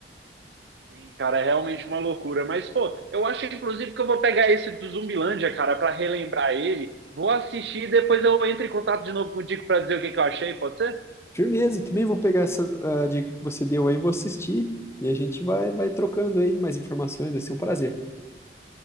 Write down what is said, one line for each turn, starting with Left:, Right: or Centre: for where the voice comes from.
Right: Sim, cara, é realmente uma loucura. Mas, pô, eu acho inclusive que eu vou pegar esse do Zumbilândia, cara, pra relembrar ele. Vou assistir e depois eu entro em contato de novo contigo pra dizer o que que eu achei, pode ser?
Left: Firmeza, também vou pegar essa ah, dica que você deu aí, vou assistir e a gente vai, vai trocando aí mais informações, vai ser um prazer.